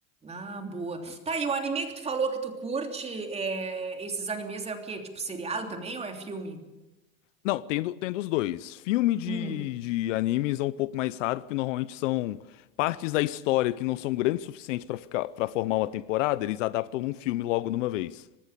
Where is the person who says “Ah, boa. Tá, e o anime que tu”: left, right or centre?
Right